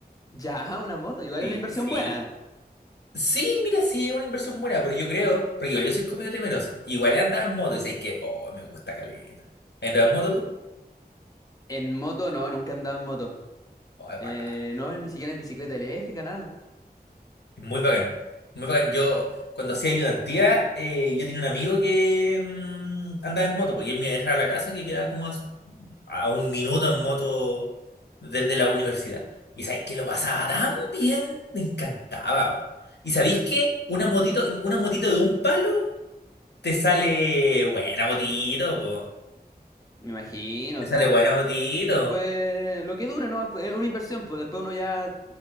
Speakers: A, on the left; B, on the left.
A: Ya, <laughs> una moto, igual
B: Sí,
A: es una inversión
B: sí.
A: buena.
B: Sí, mira, sí, es una inversión buena, pero yo creo, porque igual yo soy comido temeroso. Igual he andado en moto y sé que, oh, me gusta caleta. ¿Has andado en moto tú?
A: En moto no, nunca he andado en moto.
B: Oh, es
A: Eh,
B: bacán.
A: no, ni siquiera en bicicleta eléctrica, nada.
B: Es muy bacán. Muy bacán. Yo, cuando hacía ayudantía, eh, yo tenía un amigo que mm, andaba en moto, porque él me iba a dejar a la casa que quedaba como a a un minuto en moto desde la universidad. Y sabéis que lo pasaba tan bien, me encantaba. weón. Y sabéis que una motito, una motito de un palo te sale buena motito, po.
A: Me imagino,
B: Te
A: o sea,
B: sale buena motito.
A: después lo que dure, ¿no? Es una inversión, pues después uno ya